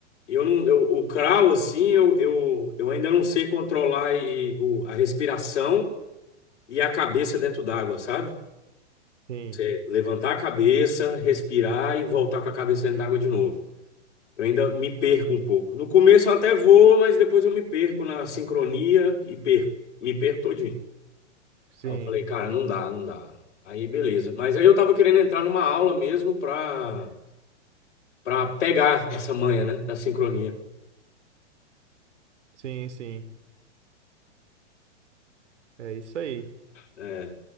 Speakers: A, on the left; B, on the right.
A: eu não, eu- o crawl, assim, eu, eu, eu ainda não sei controlar e- o- a respiração e a cabeça dentro d'água, sabe?
B: sim,
A: Você levantar a cabeça, respirar e voltar com a cabeça dentro d'água de novo. Eu ainda me perco um pouco. No começo eu até vou, mas depois eu me perco na sincronia e perco. Me perco todinho.
B: sim,
A: Aí eu falei, cara, não dá, não dá. Aí beleza. Mas aí eu tava querendo entrar numa aula mesmo pra, pra pegar essa manha, né? Da sincronia.
B: sim, sim. É isso aí.
A: É.